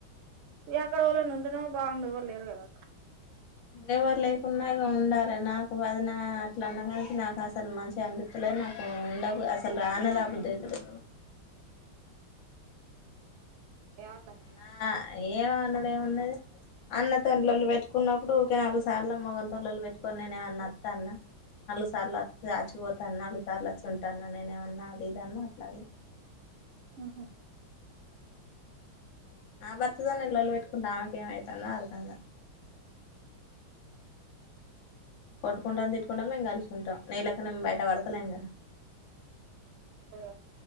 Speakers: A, on the right; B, on the left.
A: ఇగ అక్కడ ఎవలన్న ఉంటేనేమో బాగుండు ఎవరు లేరు కదా
B: ఎవరు లేకున్నా ఇగ ఉండాలె నాకు వదినా అట్లా అన్నకాన్నుంచి నాకు అసలు మంచిగ అనిపిత్తలే నాకు ఉండబ అసలు రానే రాబుద్దయితలే
A: ఆహా
B: అన్నా ఏమనుడు ఏమున్నది అన్న తోని లొల్లి పెట్టుకున్నప్పుడు ఊకె నాలుగు సార్ల మగని తోని లొల్లి పెట్టుకొని నేను ఏమన్నా అస్తాన్న నాలుగు సార్లు అత్తె అచ్చిపోతాన్నా నాలుగు సార్లు అచ్చి ఉంటాన్న నేను ఏమన్నా అది ఇది అని మాట్లాడి
A: ఊహూ
B: నా భర్త తోని నేను లొల్లి పెట్ కుందామెకేం అయితందో అర్ధం కా కొట్టుకుంటం తిట్టుకుంటం మేము కలిసుంటం నీలెక్క నేను బయట పడతలేను కదా
A: అంతేగా